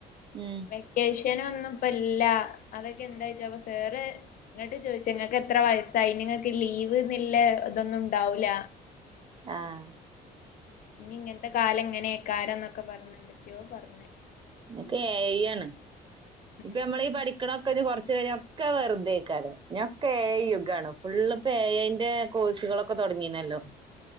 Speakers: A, on the right; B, on the left.
A: ഉം
B: വെക്കേഷനൊന്നും ഇപ്പ ഇല്ല അതൊക്കെ എന്താ വെച്ചാ പ്പൊ സെറ് ഇങ്ങട്ട് ചോഴിച് ങ്ങക്ക് എത്ര വയസ്സായി ഇഞ് ങ്ങക്ക് ലീവ് ന്ന്ല്ല തൊന്നും ഉണ്ടാവൂല
A: ആഹ്
B: ഇഞ് ഇങ്ങൻത്തെ കാലം എങ്ങനെക്കാരം ന്നൊക്കെ പർഞ് എന്തൊക്കെയോ പർഞ്
A: തൊക്കെ എ ഐ യാണ്
B: ഉം
A: ഇപ്പ നമ്മളീ പഠി <unintelligible> കൊർച്ച്‌ കഴിഞ്ഞ ഒക്കെ വെർതെക്കാരം ഇഞ്ഞൊക്കെ എ ഐ യുഗാണ് ഫുള്ള് ഇപ്പൊ എ ഐ ന്റെ കോഴ്സുകളൊക്കെ തോട്ങ്ങിണല്ലോ